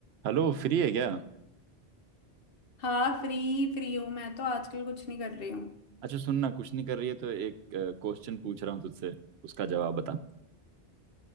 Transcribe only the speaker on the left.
हाँ free Free हूँ मैं तो आजकल कुछ नहीं कर रही हूँ